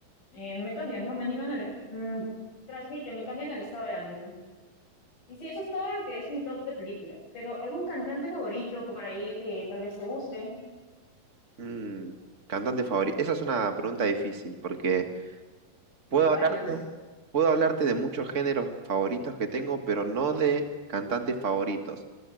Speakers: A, on the left; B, on the right.
A: eh, me cambian, ¿no? Me animan al... mm, transmite, me cambian al estado de ánimo. Y sí, eso es todo lo que es mi top de películas. Pero algún cantante favorito por ahí que tal vez te guste,
B: Mm, cantante favorito. Esa es una pregunta difícil porque
A: tienes
B: puedo
A: varios,
B: hablarte, puedo hablarte de muchos géneros favoritos que tengo, pero no de cantantes favoritos.